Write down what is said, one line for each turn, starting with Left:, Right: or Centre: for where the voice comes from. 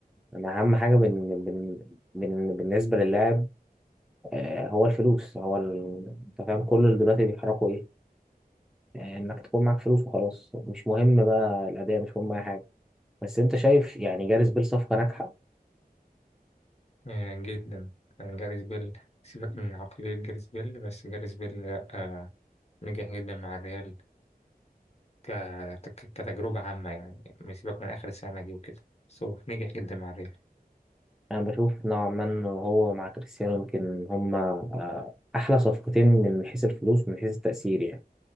Centre: انا اهم حاجه بال... بال... بال... بالنسبه للاعب آه، هو الفلوس هو ال... انت فاهم كل اللي دلوقتي بيحركوا ايه آه، انك تكون معاك فلوس وخلاص مش مهم بقى الاداء مش مهم اي حاجه بس انت شايف يعني جاريث بيل صفقة ناجحة
Left: آه، جدا آه، جاريس بيل سيبك من عقليه جاريس بيل بس جاريس بيل لا آه، نجح جدا مع الريال ك... ك- كتجربة عامة يعني ما سيبك من آخر السنة دي وكده بس هو نجح جدا مع الريال
Centre: انا بشوف نوعا ما ان هو مع كريستيانو يمكن هما آه، احلى صفقتين من حيث الفلوس ومن حيث التأثير يعني